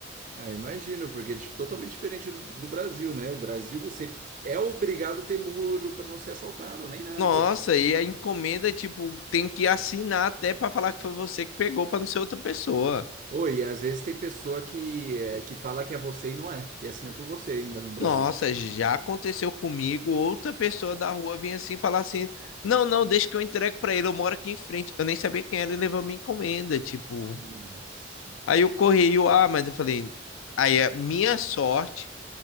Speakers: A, on the right (about 40°); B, on the left (about 80°).
A: Ah, imagino, porque é di- totalmente diferente do, do Brasil, né? O Brasil você é obrigado a ter muro para não ser assaltado, nem nada.
B: Nossa, e a encomenda, tipo, tem que assinar até para falar que foi você que pegou para não ser outra pessoa.
A: Cons- Oi, e às vezes tem pessoa que, é, que fala que é você e não é, e assina por você ainda no Brasil.
B: Nossa, já aconteceu comigo, outra pessoa da rua vinha assim falar assim: "Não, não, deixa que eu entrego para ele, eu moro aqui em frente". Eu nem sabia quem era e levou minha encomenda, tipo.
A: Nossa.
B: Aí o correio, ah, mas eu falei: "Aí a minha sorte